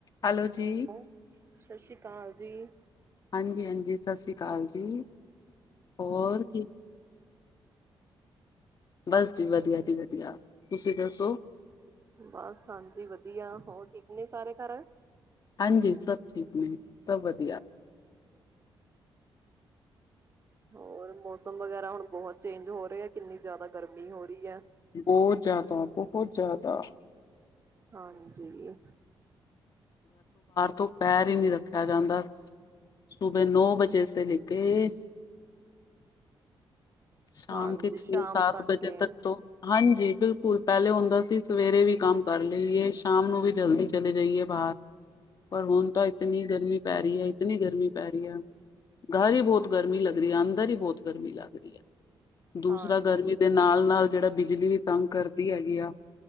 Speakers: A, on the left; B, on the right.
A: ਹੈਲੋ ਜੀ
B: ਹੋ ਸਤਿ ਸ੍ਰੀ ਅਕਾਲ ਜੀ
A: ਹਾਂਜੀ ਹਾਂਜੀ ਸਤਿ ਸ਼੍ਰੀ ਅਕਾਲ ਜੀ। ਹੋਰ ਕੀ ਬਸ ਜੀ ਵਧੀਆ ਜੀ ਵਧੀਆ, ਤੁਸੀਂ ਦੱਸੋ।
B: ਬਸ ਹਾਂਜੀ। ਵਧੀਆ, ਹੋਰ ਠੀਕ ਨੇ ਸਾਰੇ ਘਰ
A: ਹਾਂਜੀ। ਸਭ ਠੀਕ ਨੇ, ਸਭ ਵਧੀਆ।
B: ਹੋਰ ਮੌਸਮ ਵਗੈਰਾ ਹੁਣ ਬਹੁਤ ਚੇਂਜ ਹੋ ਰਿਹਾ ਹੈ ਕਿੰਨੀ ਜ਼ਿਆਦਾ ਗਰਮੀ ਹੋ ਰਹੀ ਹੈ।
A: ਬਹੁਤ ਜ਼ਿਆਦਾ ਬਹੁਤ ਜ਼ਿਆਦਾ
B: ਹਾਂਜੀ।
A: ਧੁੱਪੇ ਪੈਰ ਹੀ ਨਹੀ ਰੱਖਿਆ ਜਾਂਦਾ। ਸੁਬੇ ਨੌ ਵਜੇ ਸੇ ਲੈਕੇ ਸ਼ਾਮ
B: ਹਾਂਜੀ
A: ਕੇ ਛੇ-
B: ਸ਼ਾਮ
A: ਸੱਤ ਵਜੇ
B: ਏ।
A: ਤੱਕ ਤੋਂ, ਹਾਂਜੀ। ਬਿਲਕੁਲ, ਸਕੂਲ ਪਹਿਲੇ ਹੁੰਦਾ ਸੀ ਸਵੇਰੇ ਵੀ ਕੰਮ ਕਰ ਲਈਏ ਸ਼ਾਮ ਨੂੰ ਵੀ ਜਲਦੀ ਚਲੇ ਜਾਈਏ। ਬਾਹਰ ਪਰ ਹੁਣ ਤਾਂ ਇਤਨੀ ਗਰਮੀ ਪੈ ਰਹੀ ਹੈ, ਇਤਨੀ ਗਰਮੀ ਪੈ ਰਹੀ ਹੈ ਘਰ ਹੀ ਬਹੁਤ ਗਰਮੀ ਲੱਗ ਰਹੀ ਹੈ ਅੰਦਰ ਹੀ ਬਹੁਤ ਗਰਮੀ ਲੱਗ ਰਹੀ ਹੈ। ਦੂਸਰਾ
B: ਹਾਂ
A: ਗਰਮੀ ਦੇ ਨਾਲ -ਨਾਲ ਜਿਹੜਾ ਬਿਜ ਬਿਜਲੀ ਦੀ ਤੰਗ ਕਰਦੀ ਹੈਗੀ ਆ,